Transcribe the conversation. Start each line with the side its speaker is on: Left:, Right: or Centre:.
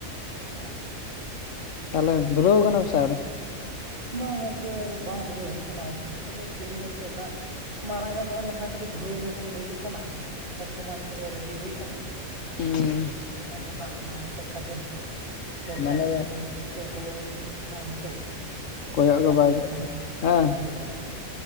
Right: ᱚ ᱜᱚᱝᱠᱮ
Left: ᱛᱟᱞᱮ ᱫᱷᱩᱨᱟᱹᱣ ᱟᱠᱱᱟ ᱯᱮᱥᱮ ᱟᱹᱣᱨᱤ?
Right: ᱵᱟᱝ ᱜᱚᱝᱠᱮ ᱵᱟᱝ ᱫᱷᱩᱨᱟᱹᱣ ᱦᱩᱭ ᱠᱟᱱᱟ ᱠᱟᱹᱴᱤᱡ ᱫᱮᱨᱤ ᱧᱚᱜ ᱜᱮᱭ ᱫᱟᱜ ᱢᱟᱨᱟᱝ ᱧᱚᱜ ᱫᱟᱜ ᱞᱮᱠᱷᱟᱱ ᱠᱟᱹᱴᱤᱡ ᱫᱷᱩᱨᱟᱹᱣ ᱧᱚᱜᱚᱜ ᱞᱟᱹᱭ ᱦᱩᱭᱩᱜ ᱠᱟᱱᱟ ᱠᱷᱮᱛ ᱠᱚᱢᱟ ᱡᱚᱛᱚᱜ ᱜᱮ ᱨᱮᱰᱤ ᱦᱩᱭ ᱠᱟᱱᱟ᱾
Left: ᱦᱩᱸ
Right: ᱟᱫᱚ ᱫᱟᱜ ᱨᱮᱱᱟᱜ ᱚᱯᱮᱠᱠᱷᱟ ᱜᱮ ᱪᱚᱴ
Left: ᱢᱟᱱᱮ
Right: ᱪᱟᱸᱫᱳ ᱛᱚ ᱚᱱᱟᱜᱮ ᱛᱤᱥ ᱥᱮ ᱠᱚᱭᱚᱜ ᱮ ᱫᱟ ᱱᱚᱛᱮ᱾
Left: ᱠᱚᱭᱚᱜ ᱜᱮ
Right: ᱫᱟᱜ
Left: ᱵᱟᱭ
Right: ᱡᱟᱹᱲᱤ
Left: ᱠᱚᱭᱚᱜᱼᱫᱟ
Right: ᱞᱮᱠᱷᱟᱱ
Left: ᱮᱸ
Right: ᱦᱳᱭ ᱦᱳᱭ ᱦᱳᱭ